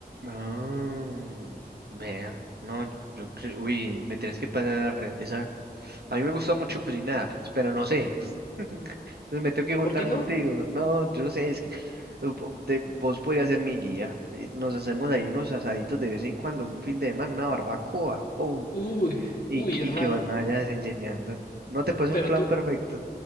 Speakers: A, on the right (about 80°); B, on the left (about 60°).
A: Ah, vea. No, yo, yo cre- uy, me tienes que pasar esa. A mí me gusta mucho cocinar, pero no sé. Entonces me tengo que juntar
B: ¿Por qué no?
A: contigo. No, yo no sé, es que vo- de- vos podías ser mi guía. Y Nos hacemos ahí unos asaditos de vez en cuando, un fin de semana, una barbacoa, ¡pum!
B: Uy,
A: Y,
B: uy,
A: que-
B: hermano,
A: y que vos me vayas enseñando. No te puse
B: pero
A: un plan
B: tú,
A: perfecto.